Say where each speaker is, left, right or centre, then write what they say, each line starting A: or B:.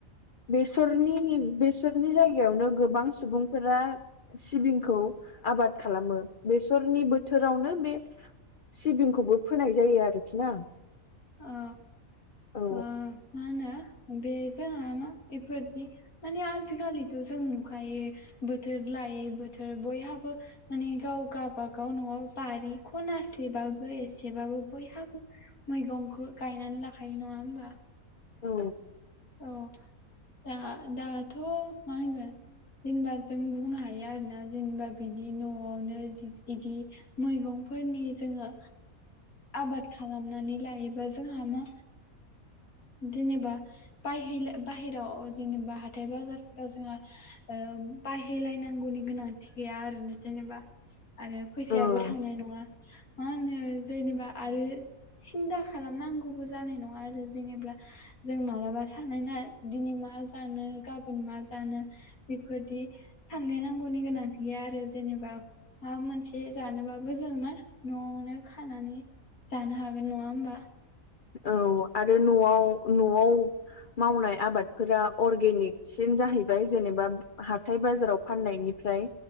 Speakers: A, on the left; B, on the left.
A: बेसरनि बेसरनि जायगायावनो गोबां सुबुंफोरा सिबिंखौ आबाद खालामो बेसरनि बोथोरावनो बे सिबिंखौबो फोनाय जायो आरोखि ना
B: औ
A: औ
B: मा होनो बे जोंहा मा बेफोरदि माने आजिखालिथ' जों नुखायो बोथोर लायै बोथोर बयहाबो माने गाव गाबागाव न'आव बारि खनासेबाबो एसेबाबो बयहाबो मैगंखौ गायनानै लाखायो नङा होमबा
A: औ
B: औ दा दाथ' मा होनगोन जेनेबा जों बुंनो हायो आरो ना जेनेबा बिदि न'आवनो बिदि मैगंफोरनि जोङो आबाद खालामनानै लायोबा जोंहा मा जेनेबा बै बाहेरायाव जेनेबा हाथथाय बाजारफोराव जोंहा बाहायलायनांगौनि गोनांथि गैया आरो जेनेबा आरो फैसायाबो
A: औ
B: थांनाय नङा मा होनो जेनेबा आरो सिन्था खालामनांगौबो जानाय नङा आरो जेनेा जों मालाबा सानैना दिनै मा जानो गाबोन मा जानो बेफोरदि सानलायनांगौनि गोनांथि गैया आरो जेनेबा माबा मोनसे जानोबाबो जों मा न'आवनो खानानै जानो हागोन नङा होमबा
A: औ आरो न'आव न'आव मावनाय आबादफोरा अर्गेनिकसिन जाहैबाय जेनेबा हाथथाय बाजाराव फाननायनिफ्राय